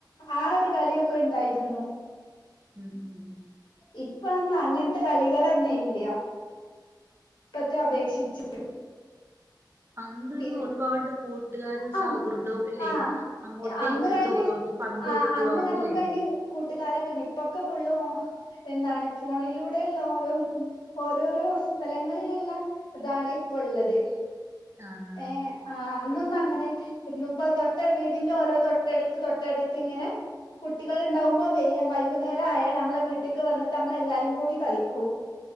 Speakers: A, on the left (about 80°); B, on the right (about 30°).
A: ആ, ഒരു കളിയൊക്കെ ഉണ്ടായിരുന്നു.
B: ഉം, ഉം.
A: ഇപ്പന്ന, അങ്ങനത്തെ കളികളന്നെ ഇല്ല. ഇപ്പത്തെ അപേക്ഷിച്ച്
B: അന്ന്ഒരുപാട്
A: പിൻ
B: കൂട്ടുകാരും
A: ആ
B: സൗഹൃദവും ഇല്ലേ,
A: ആ
B: അങ്ങോട്ടും
A: അന്ന്
B: ഇങ്ങോട്ട്
A: കഴിഞ്ഞ്
B: ഓരോന്ന് പങ്കുവെക്കുക
A: ആ, അന്ന് ഞമ്മക്
B: ഇല്ലേ
A: അയി ന് കൂട്ടുകാരൊക്കെണ്ട്ഇപ്പൊക്കെ ഫുള്ള എന്താണ് ഫോണിലൂടെയുള്ള ഓരോ ഓരോരോ സ്ഥലങ്ങളിലുള്ള അതാണ് ഇപ്പള്ളത്.
B: ആണാണ്
A: ഏ, ആ, അന്നൊന്ന് അങ്ങനെ ഇന്നിപ്പ തൊട്ട വീടിന്റെ ഓരോ തൊട്ടടുത്ത് തൊട്ടടുത്ത് ഇങ്ങനെ കുട്ടികൾ ഉണ്ടാവുമ്പോ വേ വൈകുന്നേരം ആയാൽ നമ്മളെ വീട്ടേക്ക് വന്നിട്ട് നമ്മളെല്ലാരും കൂടി കളിക്കും.